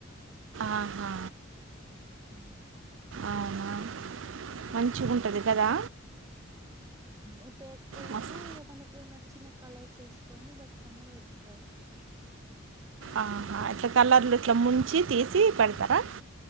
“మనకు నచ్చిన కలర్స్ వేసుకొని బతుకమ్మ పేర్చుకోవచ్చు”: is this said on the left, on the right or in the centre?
Right